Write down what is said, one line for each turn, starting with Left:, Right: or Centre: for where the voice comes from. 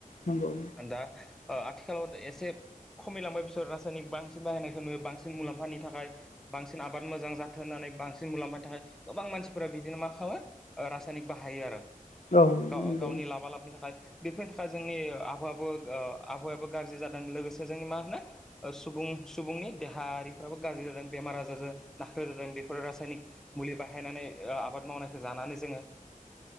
Left: नंगौ।
Centre: दा ओ आथिखालाव एसे खमायलांबाय बिसोर रासायनिक बांसिन बाहायनायखौ नुयो बांसिन मुलाम्फानि थाखाय बांसिन आबाद मोजां जाथों होननानै बांसिन मुलाम्फानि थाखाय गोबां मानसिफोरा बिदिनो मा खालामो ओ रासायनिक बाहायो आरो
Left: औ नंगौ
Centre: गाव-गावनि लाबा लाबनि थाखाय बेफोर ा जोंनि आबहावायाबो आबहावायाबो गाज्रि जादों लोगोसे जोंनि मा होनो? सुबुं सुबुंनि देहायारिफ्राबो गाज्रि जादों बेमार आजारजों नाख्रे जादों बेफोरो रासायनिक मुलि बाहायनानै आबाद मावनायखौ जानानै जोङो